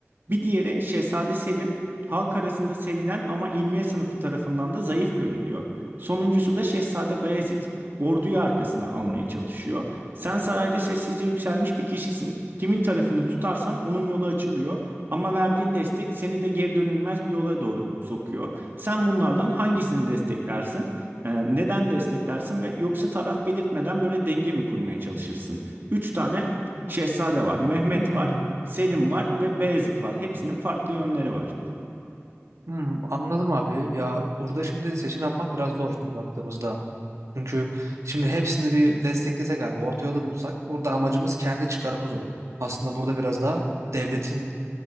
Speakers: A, on the right; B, on the right.
A: Bir diğeri Şehzade Selim, halk arasında sevilen ama ilmiye sınıfı tarafından da zayıf görülüyor. Sonuncusu da Şehzade Bayezid, orduyu arkasına almaya çalışıyor. Sen sarayda sessizce yükselmiş bir kişisin. Kimin tarafını tutarsan onun yolu açılıyor. Ama verdiğin destek seni de geri dönülmez bir yola doğru sokuyor. Sen bunlardan hangisini desteklersin? Ee, neden desteklersin ve yoksa taraf belirtmeden böyle denge mi kurmaya çalışırsın? Üç tane şehzade var. Mehmet
B: Hmm,
A: var. Selim var ve Beyazıt var. Hepsinin farklı yönleri var.
B: hmm, anladım abi. Ya burada şimdi seçim yapmak biraz zor şimdi baktığımızda. Çünkü şimdi hepsini bir desteklesek abi, orta yolu bulsak burada amacımız kendi çıkarımız olur. Aslında burada biraz daha devletin